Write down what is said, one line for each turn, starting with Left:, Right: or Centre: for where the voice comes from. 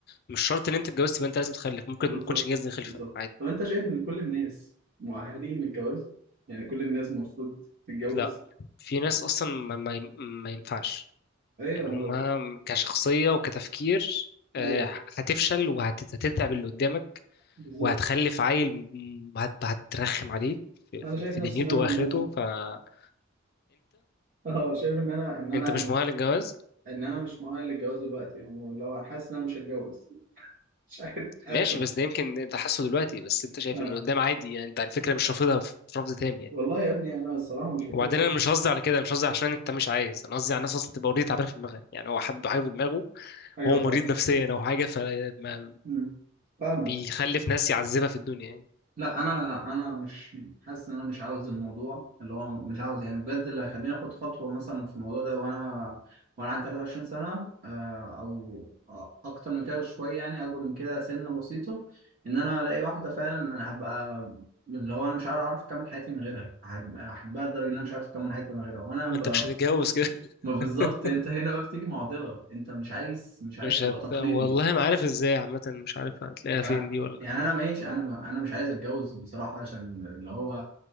Left: مش شرط ان انت اتجوزت يبقى انت لازم تخلف ممكن
Right: بالظبط
Left: ما تكونش جاهز للخلفه
Right: بالظبط
Left: عادي
Right: طب انت شايف ان كل الناس مؤهلين للجواز يعني كل الناس المفروض تتجوز
Left: لا في ناس اصلا ما, ما, ما ينفعش
Right: ايوه
Left: يعني
Right: انا
Left: هما
Right: بقى.
Left: كشخصيه وكتفكير آه،
Right: ايوه
Left: هتفشل وهتتعب اللي قدامك
Right: بالظبط
Left: وهتخلف عيل م- هت- هترخم عليه في
Right: انا
Left: في-
Right: شايف
Left: في
Right: نفسي
Left: دنيته
Right: ان انا
Left: واخرته
Right: من الناس دي
Left: فانت
Right: اه شايف ان انا ان انا
Left: انت مش مؤهل للجواز
Right: ان انا مش مؤهل للجواز دلوقتي يعني اللي هو حاسس ان انا مش هتجوز <laughs> مش عارف حاسس
Left: ماشي بس ده يمكن انت حاسه دلوقتي بس انت شايف
Right: اه
Left: انه قدام عادي يعني انت على فكره مش رافضها في في رفض تام يعني
Right: والله يا ابني انا الصراحه مش بفكر
Left: وبعدين انا مش قصدي على كده مش قصدي عشان انت مش عايز انا قصدي على الناس اصلا تبقى اوريدي تعبانه في دماغها يعني هو حد حاجه في دماغه
Right: ايوه
Left: هو
Right: فاهم
Left: مريض نفسيا او حاجه فما
Right: مم. فاهمك
Left: بيخلف ناس يعذبها في الدنيا يعني
Right: لا انا انا مش حاسس ان انا مش عاوز الموضوع اللي هو مش عاوز يعني بجد اللي هيخليني اخد خطوه مثلا في الموضوع ده وانا وانا عندي 23 سنه آه، او اكتر من كده شويه يعني اكبر من كده سن بسيطه ان انا الاقي واحده فعلا هبقى اللي هو انا مش عارف اعرف اكمل حياتي من غيرها هحب- احبها لدرجه ان انا مش عارف اكمل حياتي من غيرها وانا
Left: ما
Right: ب...
Left: انت مش هتتجوز كده <laughs>
Right: ما بالظبط انت هنا بقى بتيجي معضله انت مش عايز مش عايز
Left: مش
Right: تبقى
Left: هت...
Right: تقليدي
Left: والله ما عارف ازاي عامه مش عارف هتلاقيها
Right: ف
Left: فين دي ولا
Right: يعني
Left: حاجه
Right: انا ماشي انا ما... انا مش عايز اتجوز بصراحه عشان اللي هو